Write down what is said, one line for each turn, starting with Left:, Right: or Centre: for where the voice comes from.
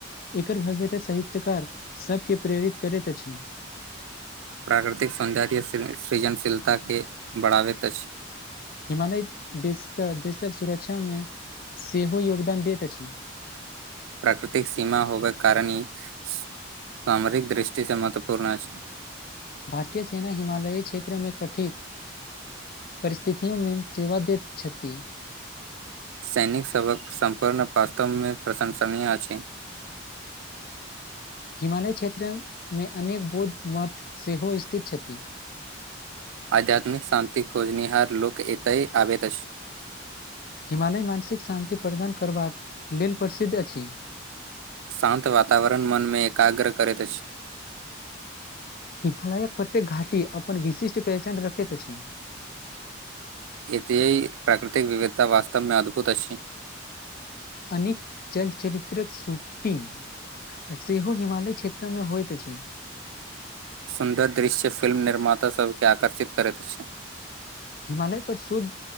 Left: एकर भव्यता साहित्यकार सबके प्रेरित करैत अछि।
Right: प्राकृतिक सौन्दर्य सृजनशीलता के बढ़ावैत त अछि
Left: हिमालय देशक देशक सुरक्षा मे सेहो योगदान दैत अछि।
Right: प्राकृतिक सीमा होबे कारण ई सामरिक दृष्टि से महत्वपूर्ण अछि '
Left: भारतीय सेना हिमालयी क्षेत्रमे कठित परिस्थितियोमे सेवा दैत छथि
Right: सैनिक सभक सम्पूर्ण वास्तवमे प्रशंसनीय अछि
Left: हिमालय क्षेत्रमे अनेक बौद्ध मठ सेहो स्थित छथि।
Right: आध्यात्मिक शान्ति खोजनिहार लोक एतय आबैत अछि।
Left: हिमालय मानसिक शान्ति प्रदान करबाक लेल प्रसिद्ध अछि।
Right: शान्त वातावरण मनमे एकाग्र करैत अछि।
Left: हिमालय प्रत्येक घाटी अपन विशिष्ट पहचान रखैत अछि
Right: एती प्राकृतिक विविधता वास्तवमे अद्भुत अछि।
Left: अनेक चलचरित्र शूटिंग सेहो हिमालय क्षेत्र मे होइत अछि।
Right: सुन्दर दृश्य फिल्म निर्माताभके आकर्षित करैत अछि।
Left: हिमालय पर शोध